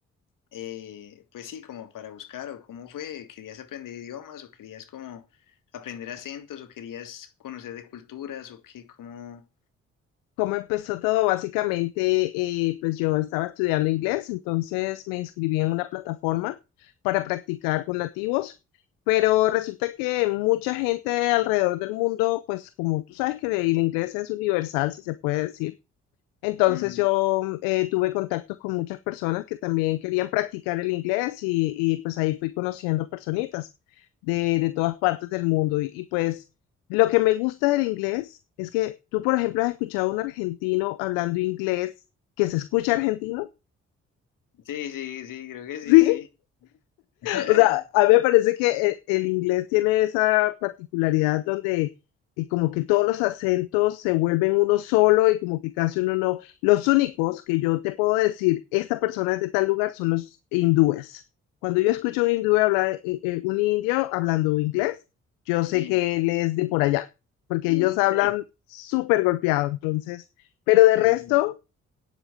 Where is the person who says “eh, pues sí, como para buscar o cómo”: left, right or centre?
Left